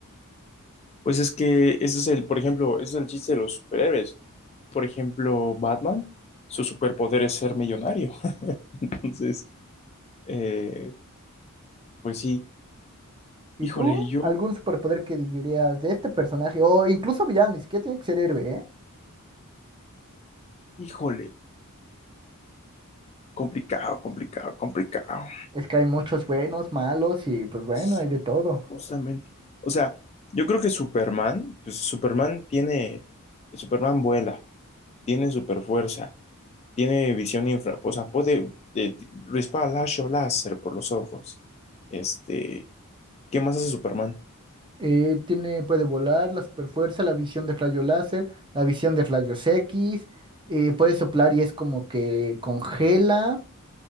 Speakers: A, on the left; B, on the right.
A: Pues es que ese es el, por ejemplo, ese es el chiste de los superhéroes. Por ejemplo, Batman, su superpoder es ser millonario. <laughs> Entonces, eh, pues sí,
B: ¿Y
A: híjole,
B: tú?
A: yo,
B: ¿Algún superpoder que dirías de este personaje? O incluso villano, ni siquiera tiene que ser héroe, ¿eh?
A: híjole, complicado, complicado, complicado.
B: Es que hay muchos buenos, malos y pues bueno,
A: Sí,
B: hay de todo.
A: justamente. O sea, yo creo que Superman, pues Superman tiene, Superman vuela, tiene super fuerza, tiene visión infra, o sea, puede eh, dispara lazo láser por los ojos. Este, ¿qué más hace Superman?
B: Eh, tiene, puede volar, la superfuerza, la visión de rayo láser, la visión de rayos X, eh, puede soplar y es como que congela